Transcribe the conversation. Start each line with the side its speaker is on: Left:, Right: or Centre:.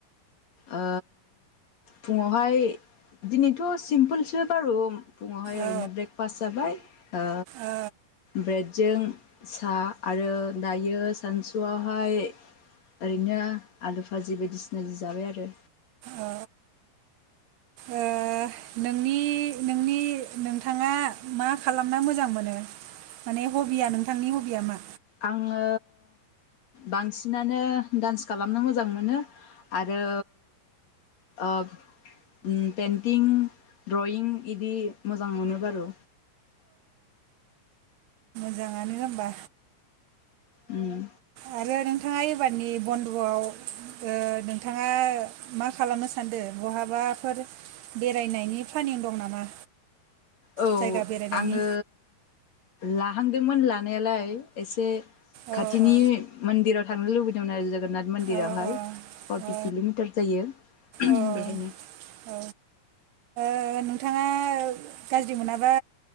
Left: ओ फुंङावहाय दिनैथ' सिम्पोलसो बारु फुंङावहाय ओरैनो
Right: ओ
Left: ब्रेकफास्ट जाबाय ओ
Right: औ
Left: ब्रेडजों सा आरो दायो सानसुआवहाय ओरैनो आलु फाजि बायदिसिना जों जाबाय आरो।
Right: औ ओ नोंनि नोंनि नोंथाङा मा खालामना मोजां मोनो माने हबिया नोंथांनि हबिया मा
Left: आंङो बांसिनानो दान्स खालामनो मोजां मोनो आरो ओ उम पेइन्टिं द्रयिं इदि मोजां मोनो बारु
Right: मोजांङानो ओमबा
Left: उम।
Right: आरो नोंथांङा एबारनि बन्द'आव ओ नोंथांङा मा खालामनो सानदो बहाबाफोर बेरायनायनि प्लानिं दं नामा?
Left: औ
Right: जायगा बेरायनायनि
Left: आंङो ला हांदोंमोन लानायालाय एसे
Right: औ
Left: खाथिनि
Right: औ
Left: मोन्दिराव थांनो लुबैदोंमोन आरो जोगोनाथ मन्दिरावहाय
Right: ओ ओ
Left: फर्टि
Right: ओ
Left: किल'मिटार जायो
Right: औ
Left: बेहायनो।
Right: औ ओ नोंथांङा गाज्रि मोनाबा